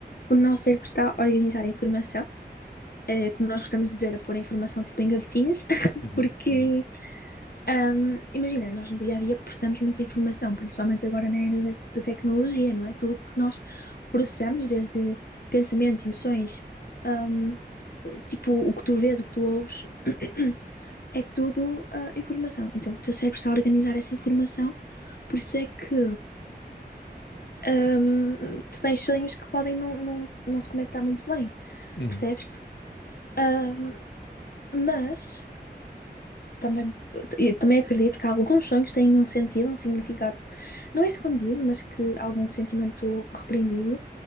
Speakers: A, on the left; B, on the left.
A: o nosso cérebro está a organizar a informação, eh, como nós gostamos de dizer, a pôr a informação tipo em gavetinhas, <laughs>
B: Uhum,
A: porque
B: uhum,
A: Ahm, imagina, nós no dia a dia processamos muita informação, principalmente agora na era da, da tecnologia, não é? Tudo o que nós processamos, desde pensamentos, emoções, ahm, tipo o que tu vês, o que tu ouves, <clears throat> <coughs> é tudo ah, informação. Então o teu cérebro está a organizar essa informação, por isso é que ahm, tu tens sonhos que podem não, não, não se conectar muito bem,
B: uhum.
A: percebes? Ahm, mas Também, e também acredito que alguns sonhos têm um sentido, um significado, não é escondido, mas que algum sentimento reprimido.